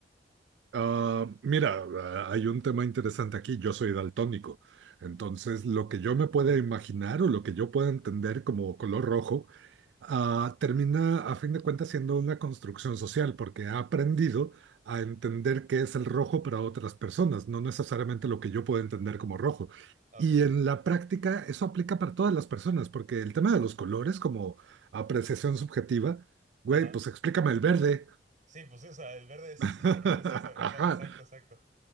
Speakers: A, on the right (about 75°); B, on the right (about 45°).
A: Ah, mira, ah, hay un tema interesante aquí. Yo soy daltónico. Entonces, lo que yo me pueda imaginar o lo que yo pueda entender como color rojo ah, termina a fin de cuentas siendo una construcción social porque ha aprendido a entender qué es el rojo para otras personas, no necesariamente lo que yo puedo entender como rojo.
B: Ah,
A: Y
B: Ok.
A: en la práctica eso aplica para todas las personas porque el tema de los colores como apreciación subjetiva, güey,
B: Ajá.
A: pues explícame el verde.
B: Sí, pues sí, o sea, el verde es.
A: <laughs>
B: <laughs> Sí, esa- esa-
A: Ajá.
B: exacto, exacto.